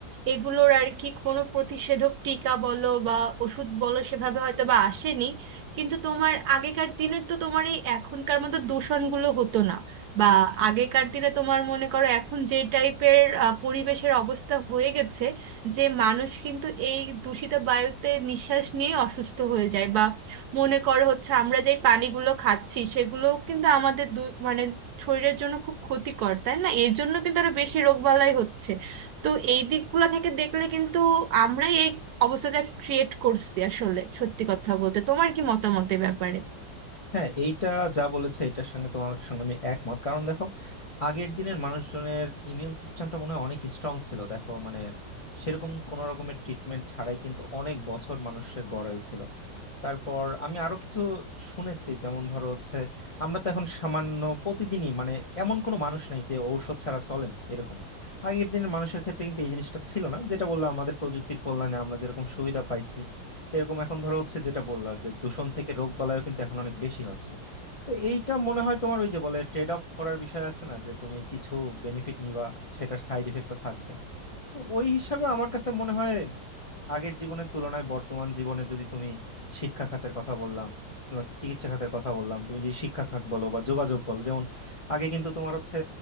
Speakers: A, on the right; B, on the left.
A: এগুলোর আর কি কোনো প্রতিষেধক টিকা বলো বা ওষুধ বলো সেভাবে হয়তো বা আসেনি কিন্তু তোমার আগেকার দিনে তো তোমার এই এখনকার মতো দূষণগুলো হতো না বা আগেকার দিনে তোমার মনে করো এখন যে টাইপের পরিবেশের অবস্থা হয়ে গেছে যে মানুষ কিন্তু এই দূষিত বায়ুতে নিঃশ্বাস নিয়ে অসুস্থ হয়ে যায় বা মনে করো হচ্ছে আমরা যেই পানিগুলো খাচ্ছি সেগুলো কিন্তু আমাদের দু- মানে শরীরের জন্য খুব ক্ষতিকর তাই না এর জন্য কিন্তু আরো বেশি রোগবালাই হচ্ছে তো এই দিকগুলো থেকে দেখলে কিন্তু আমরাই এই অবস্থাটা ক্রিয়েট করছি আসলে সত্যি কথা বলতে তোমার কি মতামত এ ব্যাপারে
B: হ্যাঁ এইটা যা বলেছে এটার সঙ্গে তোমার সঙ্গে আমি একমত কারণ দেখো আগের দিনের মানুষজনের ইমিউন সিস্টেমটা মনে হয় অনেক স্ট্রং ছিল দেখো মানে সেরকম কোন রকমের ট্রিটমেন্ট ছাড়াই কিন্তু অনেক বছর মানুষের গড়ায় ছিল তারপর আমি আরো কিছু শুনেছি যেমন ধরো হচ্ছে আমরা তো এখন সামান্য প্রতিদিনই মানে এমন কোনো মানুষ নেই যে ঔষধ ছাড়া চলে না এরকম আগের দিনের মানুষের ক্ষেত্রে কিন্তু এই জিনিসটা ছিল না যেটা বললাম আমাদের প্রযুক্তির কল্যাণে আমরা যেরকম সুবিধা পাইছি এরকম এখন ধরো হচ্ছে যেটা বললা যে দূষণ থেকে রোগ বালাইও কিন্তু এখন অনেক বেশি হচ্ছে তো এইটা মনে হয় তোমার ওই যে বলে ট্রেড অফ করার বিষয় আছে না যে তুমি কিছু বেনিফিট নিবা সেটার সাইড ইফেক্টও থাকবে তো ওই হিসাবে আমার কাছে মনে হয় আগের জীবনের তুলনায় বর্তমান জীবনে যদি তুমি শিক্ষা খাতের কথা বললাম বা চিকিৎসা খাতের কথা বললাম তুমি যে শিক্ষা খাত বলো বা যোগাযোগ বলো যেমন আগে কিন্তু তোমার হচ্ছে